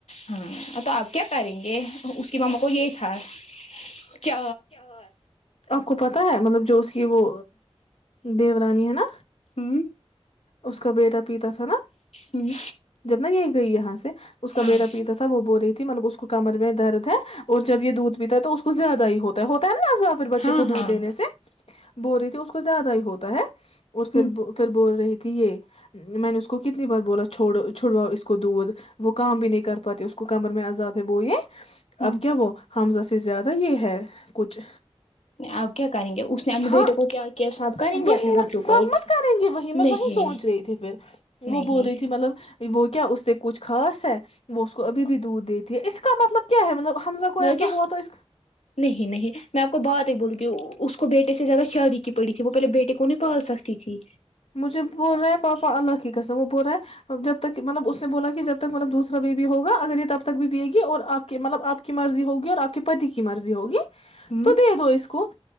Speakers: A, on the left; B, on the left.
A: ہاں آپ کیا کریں گے اس کی ماما کو یہ تھا کیا
B: کیا آپ کو پتا پتا ہے مطلب جو اس کی وہ دی رانی ہے نا
A: ہوں
B: اس کا بیٹا پیتا تھا نا
A: ہوں
B: جب نا یہ گئی یہاں سے اس کا
A: ہاں
B: بیٹا پیتا تھا وہ بول رہی تھی مطلب اس کو کمر میں درد ہے اور جب یہ دودھ پیتا ہے تو اس کو زیادہ ہی ہوتا ہے ہوتا ہے نا ز پھر بچے
A: ہاں
B: کو دودھ
A: ہاں
B: دینے سے بول رہی تھی اس کو زیادہ ہی ہوتا ہے اور پھر
A: ہوں
B: پھر بول رہی تھی یہ میں نے اس کو کتنی بار بولا چھوڑ چھڑواؤ اس کو دودھ وہ کام بھی نہیں کر پاتے اس کو کمر میں عذاب ہے وہ یہ
A: ہوں
B: اب کیا وہ حمزہ سے زیادہ یہ ہے کچھ
A: آپ کیا کریں گے اس نے اپنے
B: ہاں
A: بیٹے کو کیا کیا صاب کریں
B: وہی
A: گے اپنے
B: نا
A: بچوں کو
B: سبمت کریں گے وہی میں
A: نہیں
B: وہی سوچ رہی تھی پھر وہ
A: نہیں
B: بول رہی تھی مطلب وہ کیا اس سے کچھ خاص ہے وہ اس کو ابھی بھی دودھ دیتی ہے اس کا مطلب کیا ہے مطلب حمزہ کو
A: مطلب
B: ایسا
A: کیا
B: ہوا تو اس کا
A: نہیں نہیں میں آپ کو بات ہی بولوں گی اس کو بیٹے سے زیادہ شادی کی پڑی تھی وہ پہلے بیٹے کو نہیں پال سکتی تھی
B: مجھ بول رہا پاپا اللہ کی کسم وہ بول رہا ہے جب تک مطلب اس نے بولا کہ جب تک مطلب دوسرا بیبی ہوگا اگر یہ تب تک بھی پے گی اور آپ کی مطلب آپ کی مرضی ہوگی اور آپ کے پتی کی مرضی ہوگی
A: ہوں
B: تو دے دو اس کو